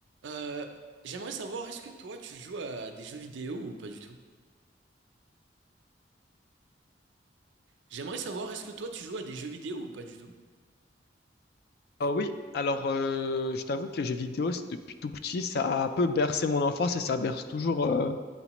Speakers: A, on the right; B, on the left.
A: Euh, j'aimerais savoir, est-ce que toi tu joues à des jeux vidéo ou pas du tout? J'aimerais savoir, est-ce que toi tu joues à des jeux vidéo ou pas du tout?
B: Euh, oui, alors euh, je t'avoue que les jeux vidéo, c'est- depuis tout petit, ça a un peu bercé mon enfance et ça berce toujours euh,